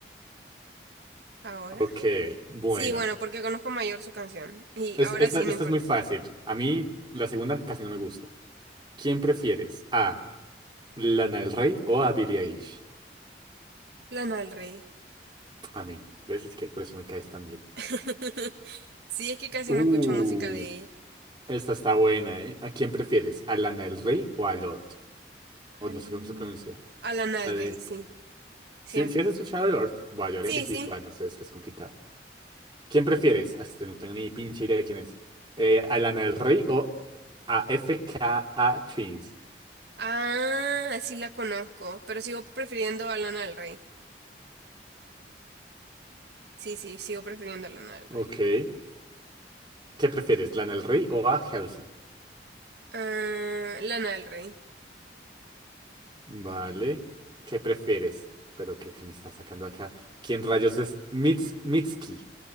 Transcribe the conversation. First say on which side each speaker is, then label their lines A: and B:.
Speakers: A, on the right; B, on the right.
A: ¿Ahora?
B: Ok, bueno.
A: Sí, bueno, porque conozco mayor su canción. Y
B: Es-
A: ahora
B: Esta,
A: sí,
B: esta
A: no importa.
B: es muy fácil. A mí la segunda casi no me gusta. ¿Quién prefieres? ¿A Lana del Rey o a Billie Eilish?
A: Lana del Rey.
B: Amén. ¿Ves? Es que por eso me caes tan bien.
A: <laughs> Sí, es que casi
B: Uh,
A: no escucho música de ella.
B: esta está buena, ¿eh? ¿A quién prefieres? ¿A Lana del Rey o a Lord? O
A: Al...
B: no sé cómo se pronuncia.
A: A Lana
B: La
A: del
B: de...
A: Rey, sí. Siempre.
B: Si, si has escuchado a Lord, bueno, yo
A: Sí,
B: habría elegido...
A: sí.
B: Bueno, no sé, es que es complicado. ¿Quién prefieres? Ah, Este, no tengo ni pinche idea de quién es. Eh, ¿a Lana del Rey o a F K A Twins?
A: Ah, sí la conozco, pero sigo prefiriendo a Lana del Rey. Sí, sí, sigo prefiriendo Lana del Rey.
B: Ok. ¿Qué prefieres? ¿Lana del Rey o a Halsey?
A: Ah, Lana del Rey.
B: Vale. ¿Qué prefieres? Pero ¿qué, qué me está sacando acá? ¿Quién rayos es Mits Mitski?